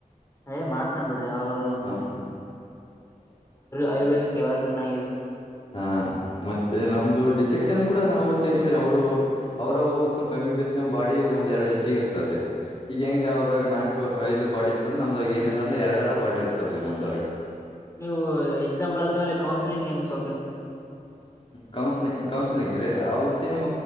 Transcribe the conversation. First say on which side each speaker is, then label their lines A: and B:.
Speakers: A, on the left (about 20°); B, on the left (about 40°).
A: ಏ ಮಾಡ್ತನ್ ಬಿಡ್ರಿ ಅವರು
B: ಹ
A: ಆಯುರ್ವೇದಿಕ್ ಯಾವಾಗಗನ್ ಆಗಿದೆ
B: ಹಾ ಮತ್ತೆ ನಮ್ದು ಡಿಸೆಕ್ಷನ್ ಕೂಡ ನಾವು ಸೇಮ್ರೀ ಅವರು ಅವ್ರ ಒಂದ್ ಸ್ವಲ್ಪ ಎಂಬಿಬಿಯಸ್ ನ್ ಬಾಡಿ ಒಂದ ಎರಡ್ ಹೆಚ್ಚಿಗೆ ಇರ್ತವ್ರ ಈಗ ಹೆಂಗೆ ಅವ್ರಾಗ ನಾಲ್ಕು ದು ಬಾಡಿಿ ಅಂದ್ರ ನಮ್ದ್ರ ಏನಿಲ್ಲ ಅಂದ್ರ ಎರಡರ ಡ್ ಇರ್ತಾವ್ರೀ ನಮ್ದ
A: ನೀವು ಎಕ್ಸಾಮ್ ಬರದ ಮೇಲೆ ಕೌನ್ಸಿಲಿಂಗ್ ಹೆಂಗ್ ಸೊ
B: ಕೌನ್ಸ್ಲಿ ಕೌನ್ಸ್ಲಿಂಗ್ ರೀ ಹ ಸೇಮ್